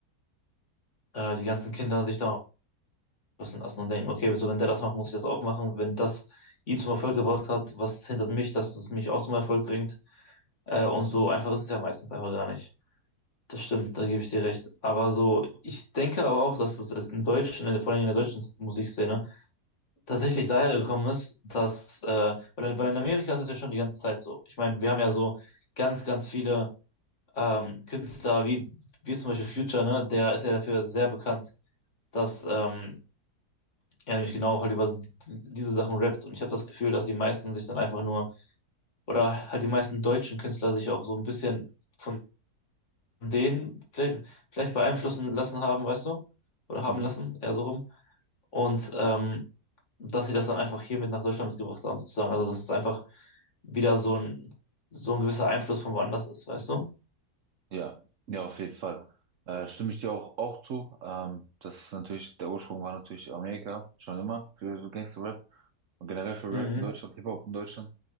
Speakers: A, on the left (about 50°); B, on the right (about 60°).
A: äh, die ganzen Kinder sich da müssen lassen und denken, okay, so wenn der das macht, muss ich das auch machen. Wenn das ihn zum Erfolg gebracht hat, was hindert mich, dass es mich auch zum Erfolg bringt? Äh, und so einfach ist es ja meistens einfach gar nicht. Das stimmt, da gebe ich dir recht. Aber so, ich denke aber auch, dass es in Deutschland, in der- vor allem in der deutschen Musikszene, tatsächlich daher gekommen ist, dass, äh, weil, in- weil in Amerika ist es ja schon die ganze Zeit so. Ich meine, wir haben ja so ganz, ganz viele ähm, Künstler, wie, wie zum Beispiel Future, ne? Der ist ja dafür sehr bekannt, dass ähm, ja, nämlich genau halt über diese Sachen rappt. Und ich habe das Gefühl, dass die meisten sich dann einfach nur, oder halt die meisten deutschen Künstler sich auch so ein bisschen von denen vielleicht, vielleicht beeinflussen lassen haben, weißt du? Oder haben
B: Mhm.
A: lassen, eher so rum. Und ähm, dass sie das dann einfach hier mit nach Deutschland mitgebracht haben, sozusagen. Also, dass es einfach wieder so ein, so ein gewisser Einfluss von woanders ist, weißt du?
B: Ja, ja, auf jeden Fall. Äh, stimme ich dir auch, auch zu. Ähm, das ist natürlich, der Ursprung war natürlich Amerika, schon immer, für so Gangster-Rap. Und generell für
A: Mhm.
B: Rap in Deutschland, Hip-Hop in Deutschland,